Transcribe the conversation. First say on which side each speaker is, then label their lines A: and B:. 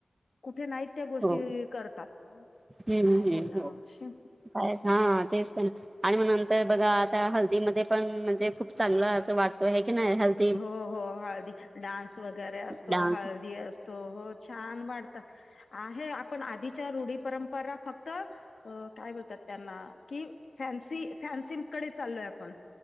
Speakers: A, on the left; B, on the right.
A: कुठे नाहीत त्या गोष्टी
B: हो
A: करतात
B: हम्म
A: काय
B: हम्म
A: बोला.
B: हो
A: <unintelligible>
B: <unintelligible> हा तेच तर ना आणि म नंतर बघा आता हल्दी मध्ये पण म्हणजे खूप चांगलं असं वाटतो आहे की नाही हेल्थ.
A: हो हो हळदी डान्स वगैरे असतो
B: डान्स
A: हळदी असो. त हो छान वाटत आहे आपण आधीच्या रूढी परंपरा फक्त अ काय बोलतात त्यांना कि फॅन्सी फॅन्सीकडे चाललोय आपण